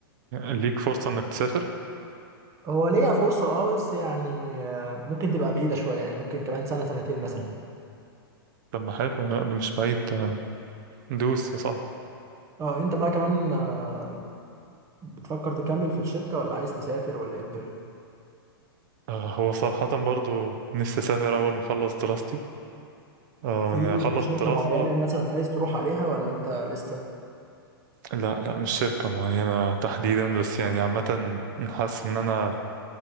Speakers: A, on the right; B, on the right.
A: ليك فرصة إنك تسافر؟
B: هو ليا فرصه اه بس يعني آه، ممكن تبقى بعيده شويه يعني ممكن كمان سنه سنتين مثلا
A: مم. طب ما حلو لا ده مش بعيد ده دوس يا صاحبي
B: اه انت بقى كمان آه، بتفكر تكمل في الشركه ولا عايز تسافر ولا ايه الدنيا
A: آه هو صراحة برضو نفسي أسافر أول ما أخلص دراستي آه
B: في
A: يعني أخلص
B: شركه
A: الدراسة
B: معينه مثلا عايز تروح عليها ولا انت لسه
A: لا لا مش شركة معينة تحديدا بس يعني عامة حاسس إن أنا